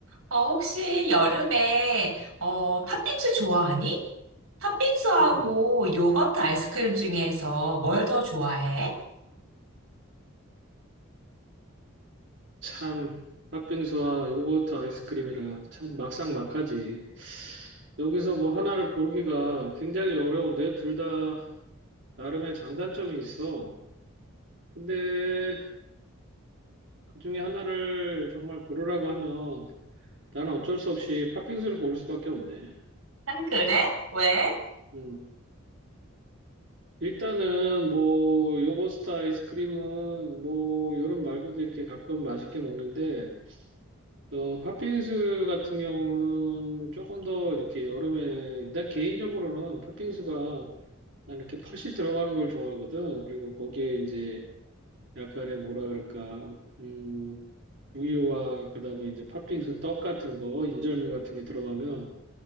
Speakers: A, on the right (about 80°); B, on the right (about 55°).
A: 어, 혹시 여름에, 어, 팥빙수 좋아하니? 팥빙수하고
B: 음,
A: 요거트 아이스크림 중에서 뭘 더 좋아해?
B: 참, 팥빙수와 요거트 아이스크림이라 참 막상막하지. 여기서 뭐 하나를 고르기가 굉장히 어려운데 둘 다 나름의 장단점이 있어. 근데 그 중에 하나를 정말 고르라고 하면 나는 어쩔 수 없이 팥빙수를 고를 수밖에 없네.
A: 아, 그래? 왜?
B: 음. 일단은 뭐 요거트 아이스크림은 뭐 여름 말고도 이렇게 가끔 맛있게 먹는데 어, 팥빙수 같은 경우는 조금 더 이렇게 여름에, 난 개인적으로는 팥빙수가 난 이렇게 팥이 들어가는 걸 좋아하거든. 그리고 거기에 이제 약간의 뭐라 그럴까, 음, 우유와 그다음에 이제 팥빙수 떡 같은 거, 인절미 같은 게 들어가면,